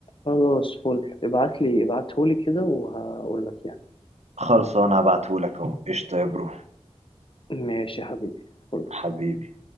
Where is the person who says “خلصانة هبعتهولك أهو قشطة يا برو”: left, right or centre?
Right